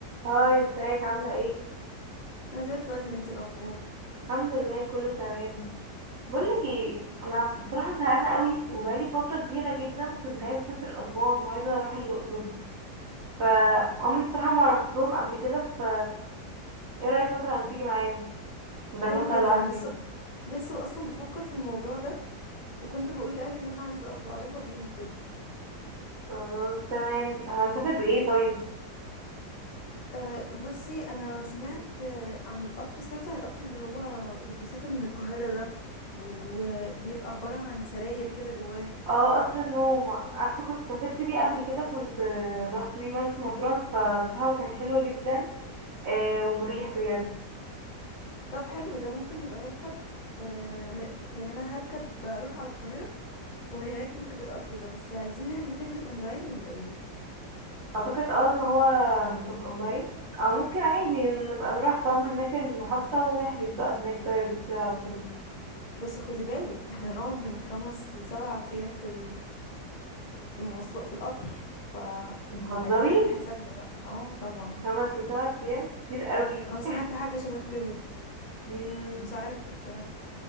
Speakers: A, on the right; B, on the left.
A: هاي ازيك عاملة ايه؟
B: انا زي الفل انت الاخبار
A: الحمد لله كله تمام بقولك ايه انا بصراحة زهقانة قوي وبقالي فترة كبيرة جدا كنت عايزة اسافر اسوان وعايزة اروح الاقصر فعمري بصراحة ما رحتهم قبل كده ف ايه رأيك مثلا لو تيجي معايا بدل
B: حلو
A: ما اطلع
B: جدا
A: لوحدي
B: انا لسه لسه اصلا بفكر في الموضوع ده وكنت بقول لاهلي ان انا عايزه اطلع يلا بينا بجد
A: خلاص تمام هنسافر بايه طيب
B: أه بصي انا سمعت آه، عن القطر سمعت عن القطر اللي هو اللي بيسافر من القاهره ده وبيبقى عباره عن سراير كده جواه
A: اه قطر النوم عارفة كنت سافرت بيه قبل كده كنت آه، رحت بيه مرسى مطروح فبصراحة هو كان حلو جدا آه ومريح بجد
B: طب حلو ده ممكن نبقى نركب أه م- يعني انا هركب اروح على القاهره ومن هناك نركب القطر ده بس عايزين نحجز نحجز اونلاين ولا ايه
A: اعتقد اه ان هو هيكون اونلاين او ممكن عادي نبقى نروح فاهمة هناك المحطة ونحجز بقى هناك دايركت كده على طول
B: بس خدي بالك احنا هنقعد من خمس لسبعة ايام في في المواصلات في القطر فعايزين
A: بتهزري
B: نعمل حسابنا بقى اه طبعا
A: خمس لسبع ايام كتير قوي
B: اه سمعت حاجة شبه كده
A: <laughs> مم،
B: مش عارفة بصراحة